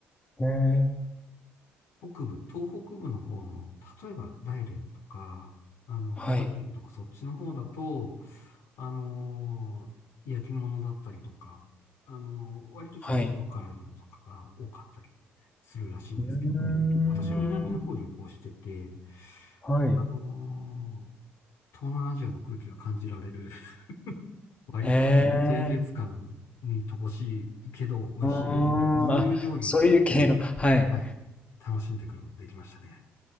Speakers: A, on the left; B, on the left.
A: へえ。
B: 北部、東北部の方の、例えば大連とか、あの、
A: はい。
B: 北京とかそっちの方だと、あのー焼き物だったりとか、あのー割とちょっと塩辛いものとかが多かったりするらしいんですけども、
A: はい。うーん。
B: 私は南の方旅行してて、
A: はい。
B: あのー東南アジアの空気が感じられる、<laughs> 割と清潔感に乏しいけど美味しいよ、
A: へえ。うーん。
B: みたいな、そういう料理を、
A: あ、そういう系の、はい。
B: はい、楽しんでくることができましたね。